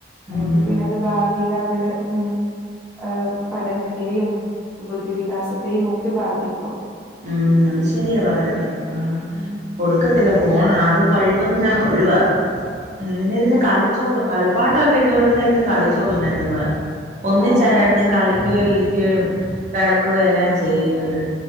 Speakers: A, in the centre; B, on the right.
A: അല്ലെങ്കി
B: ഉം
A: പിന്നെ അത് ഭാവിയിലവര്ടെ ഉം ഹാഹ് പഠനത്തേയും ബുദ്ധിവികാസത്തേയും ഒക്കെ ബാധിക്കും.
B: ഉം അത് ശെരിയാ പറഞ്ഞത്. ആ
A: <unintelligible>
B: കൊടുക്കത്തില്ല ഫോണ് അത് കഴിവതും ഞാൻ ഒഴിവാക്കും, <unintelligible> കളിച്ചോളും
A: ആഹ്
B: കളി പാട്ടൊക്കെ ഇട്ടു കൊട് ത്തായിരുന്നു കളിച്ചോളൂ രണ്ടും കൂടെ, ഒന്നിച്ചാ
A: ആഹ് ആഹ്
B: രണ്ടും കളിക്യൂ ഇരിക്ക്യോം കെടക്കുവെയെല്ലാം ചെയ്യുന്നത്.